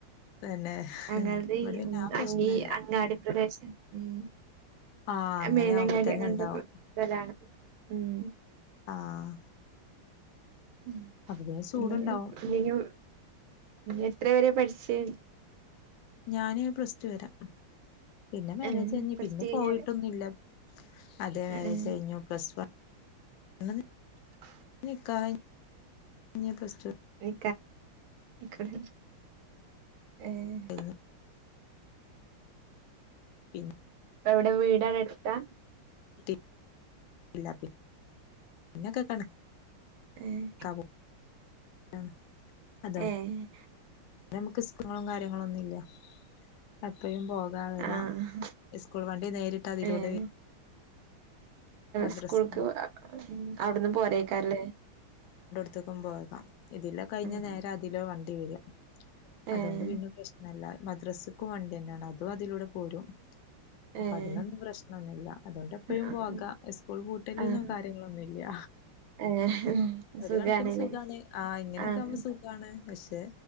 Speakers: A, on the left; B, on the right.
A: പിന്നെ
B: അങ്ങള്ത്
A: ഇവിടെ പിന്നെ
B: ഉം
A: ആ പ്രശ്നല്ല
B: ഈ അങ്ങാടി പ്രദേശം ഉം
A: ആഹ് അങ്ങനെ
B: മേലങ്ങാടി
A: ആവുമ്പോ തന്നെ
B: അങ്ങൻത്തെ
A: ഉണ്ടാവും
B: സ്ഥലാണ് ഉം
A: ആഹ്
B: <unintelligible>
A: അപ്പൊ പിന്നെ ചൂടുണ്ടാവും
B: എത്ര വരെ പഠിച്ച്
A: ഞാന് പ്ലസ്‌റ്റു വരെ. പിന്നെ മാരേജ്
B: ഏഹ്
A: കഴിഞ്ഞ്
B: പ്ലസ്
A: പിന്നെ
B: ടു കഴിഞ്ഞാല്
A: പോയിട്ടൊന്നും ഇല്ല അതേ മാരേജ്
B: ഏഹ്
A: കഴിഞ്ഞു പ്ലസ് വൺ
B: <inaudible>
A: നിക്കാഹ് കഴിഞ ഇഞ്ഞ്പ്ലസ്ടു
B: ഇഞ്ഞ് കഴ്ഞ്ഞ് ഏഹ്
A: കഴിഞ്ഞു പിൻ
B: ഇപ്പോ എവിടെ വീട് അവിടെ എടുത്താ
A: <unintelligible> എല്ല <unintelligible> പിന്നെ കേക്കാണ്
B: ഏഹ്
A: <unintelligible> നമു ന്താണ് അപ്
B: എൻ
A: നമുക്ക് ഇസ്ക്കങ്ങളും കാര്യങ്ങളു ഒന്നു ഇല്യ. എപ്പഴും പോകാ വരാ
B: ആഹ്
A: സ്കൂൾ വണ്ടി നേരിട്ട് അതിലൂടെ
B: ഏഹ്
A: വെര് മദ്രസ്
B: സ്കൂൾക്ക് അവിട്ന്ന് പോരേക്കാരല്ലേ
A: ത്ത്ക്കും പോകാം ഇതിലെ കഴിഞ്ഞ
B: ഉം
A: നേര അതിലൊ വണ്ടി വരാ അതുകൊണ്ട്
B: ഏഹ്
A: പിന്നെ. പ്രശ്നല്ല. മദ്രസ്ക്കും വണ്ട്യന്നാണ്. അതും അതിലൂടെ പോരും അപ്പ
B: ഏഹ്
A: അതിനൊന്നും പ്രശ്നൊന്ന്ല്ല അതുകൊണ്ട് എപ്പഴും
B: ആഹ്
A: പോക സ്കൂൾ പൂട്ടല്ന്നും
B: ആഹ്
A: കാര്യങ്ങളൊന്നുല്ല്യ
B: ഏഹ്
A: ഒരു
B: സുഖാണ്ല്ലേ
A: കണക്കിന് സുഖാണ്. ആഹ് ഇങ്ങനെയൊക്ക
B: ആഹ്
A: ആവുമ്പൊ സുഖാണ് പക്ഷെ